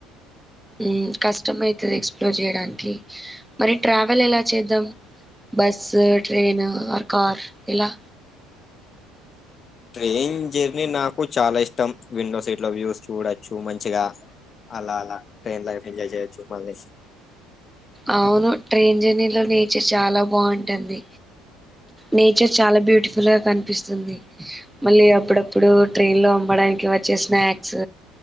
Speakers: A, in the centre; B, on the left (about 40°).
A: హు కష్టమ అయితది. ఎక్స్ప్లోర్ చేయడానికి మరి ట్రావెల్ ఎలా చేద్దాం బస్సు ట్రైన్ ఆర్ కార్ ఇలా
B: ట్రైన్ జర్నీ నాకు చాలా ఇష్టం విండో సీట్ లో వ్యూస్ చూడచ్చు మంచిగా అలా అలా ట్రైన్ లో ఎంజాయ్ చేయొచ్చు మీ
A: అవును ట్రైన్ జర్నీలో నేచర్ చాలా బాగుంటుంది. నేచర్ చాలా బ్యూటిఫుల్ గా కనిపిస్తుంది. మళ్ళీ అప్పుడప్పుడు ట్రైన్ లో అమ్మడానికి వచ్చే స్నాక్స్